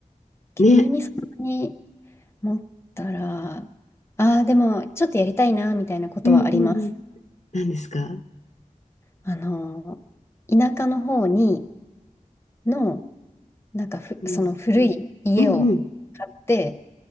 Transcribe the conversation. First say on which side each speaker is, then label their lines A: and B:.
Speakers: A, on the left (about 20°); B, on the left (about 55°).
A: 急にそんなに
B: ね。
A: 持ったら、ああ、でもちょっとやりたいな、みたいなことはあります。
B: うんうんうん。何ですか
A: あの、田舎の方にの、なんかふ、
B: うん。
A: その古い家を買って、
B: うん